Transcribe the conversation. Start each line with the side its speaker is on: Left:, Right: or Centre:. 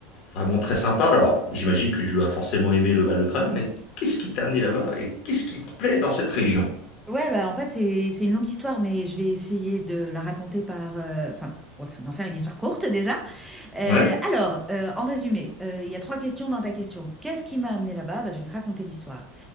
Left: Vraiment très sympa. Alors, j'imagine que tu as forcément aimé le Val-de-Travers, mais qu'est-ce qui t'a amené là-bas et qu'est-ce qui te plaît dans cette région?
Centre: Ouais, bah, en fait, c'est c'est une longue histoire, mais je vais essayer de la raconter par... euh, Enfin, ouais, d'en faire une histoire courte déjà. Euh,
Left: Ouais.
Centre: alors, euh, en résumé, euh, il y a trois questions dans ta question. Qu'est-ce qui m'a amené là-bas? Bah, je vais te raconter l'histoire.